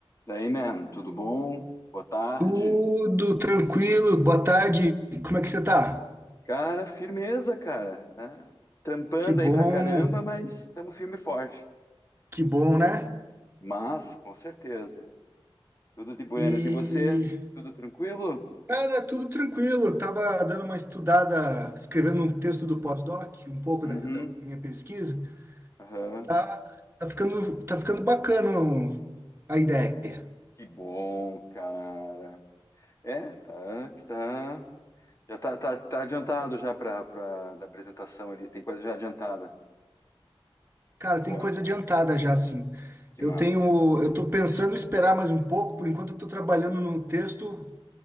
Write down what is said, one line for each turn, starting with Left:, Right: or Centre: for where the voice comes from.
Left: Daí, man, tudo bom? Boa tarde.
Right: Tudo tranquilo, boa tarde. Como é que você tá?
Left: Cara, firmeza, cara. né? Trampando
Right: Que bom,
Left: aí pra caramba, mas estamos firme e forte.
Right: que bom, né?
Left: Massa, com certeza. Tudo de buenas.
Right: E,
Left: E você? Tudo tranquilo?
Right: cara, tudo tranquilo. Eu tava dando uma estudada, escrevendo um texto do pós-doc, um pouco
Left: Uhum.
Right: da, da minha pesquisa.
Left: Aham.
Right: Tá, tá ficando, tá ficando bacana a ideia.
Left: Que bom, cara. É, tá, tá. Já tá, tá, tá adiantado já pra, pra da apresentação ali. Tem coisa já adiantada.
Right: Cara,
Left: Boa.
Right: tem coisa adiantada já, assim.
Left: Que
Right: Eu
Left: massa.
Right: tenho, eu tô pensando em esperar mais um pouco, por enquanto eu tô trabalhando no texto